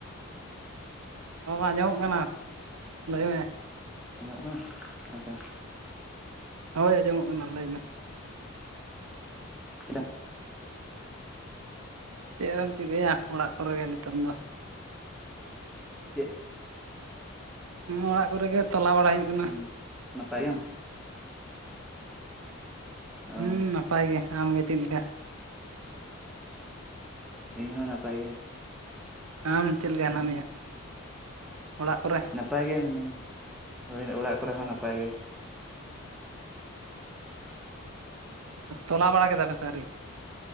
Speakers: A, on the right (about 85°); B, in the centre.
A: ᱟᱸᱡᱚᱢᱼᱚᱜ ᱠᱟᱱᱟ ᱞᱟᱹᱭᱢᱮ
B: ᱟᱸᱡᱚᱢᱼᱚᱜ ᱠᱟᱱᱟ ᱟᱪᱪᱷᱟ
A: ᱦᱳᱭ ᱟᱸᱡᱚᱢᱼᱚᱜ ᱠᱟᱱᱟ ᱞᱟᱹᱭ ᱢᱮ
B: ᱪᱮᱫᱟᱜ
A: ᱪᱮᱫ ᱮᱢ ᱪᱤᱠᱟᱹᱭᱼᱟ ᱚᱲᱟᱜ ᱠᱚᱨᱮ ᱜᱮ ᱱᱤᱛᱚᱝ ᱫᱚ
B: ᱪᱮᱫ
A: ᱚᱲᱟᱜ ᱠᱚᱨᱮ ᱜᱮ ᱛᱟᱞᱟ ᱵᱟᱲᱟᱭ ᱦᱩᱭᱩᱜ ᱠᱟᱱᱟ
B: ᱦᱩᱸ ᱱᱟᱯᱟᱭ ᱜᱮᱭᱟᱢ ᱚ
A: ᱦᱩᱸ ᱱᱟᱯᱟᱭ ᱜᱮᱭᱟ ᱟᱢᱜᱮ ᱪᱮᱫ ᱞᱮᱠᱟ
B: ᱤᱧ ᱦᱚᱸ ᱱᱟᱯᱟᱭ ᱜᱮ
A: ᱟᱢ ᱪᱮᱫ ᱞᱮᱠᱟ ᱦᱮᱱᱟᱜ ᱢᱮᱭᱟ ᱚᱲᱟᱜ ᱠᱚᱨᱮ
B: ᱱᱟᱯᱟᱭ ᱜᱮ ᱢᱤᱱᱟᱹᱧᱟ ᱦᱳᱭ ᱚᱲᱟᱜ ᱠᱚᱨᱮ ᱦᱚᱸ ᱱᱟᱯᱟᱭ ᱜᱮ <unintelligible>
A: ᱛᱚᱞᱟ ᱵᱟᱲᱟ ᱠᱮᱫᱟ ᱯᱮ ᱥᱮ ᱟᱹᱣᱨᱤ